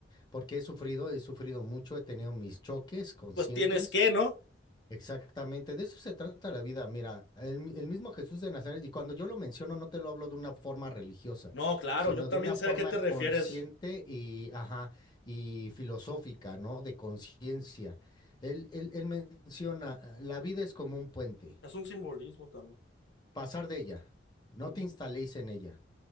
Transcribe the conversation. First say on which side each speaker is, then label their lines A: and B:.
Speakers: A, on the left; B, on the left.
A: porque he sufrido, he sufrido mucho, he tenido mis choques conscientes
B: Pues tienes que, ¿no?
A: Exactamente, de eso se trata la vida. Mira, el, mi- el mismo Jesús de Nazaret, y cuando yo lo menciono, no te lo hablo de una forma religiosa,
B: No, claro,
A: sino
B: yo también
A: de una
B: sé
A: forma
B: a qué te refieres.
A: consciente y, ajá, y filosófica, ¿no? De conciencia. Él, él, él menciona, la vida es como un puente,
B: Es un simbolismo también.
A: pasar de ella, no
B: Ujú.
A: te instaléis en ella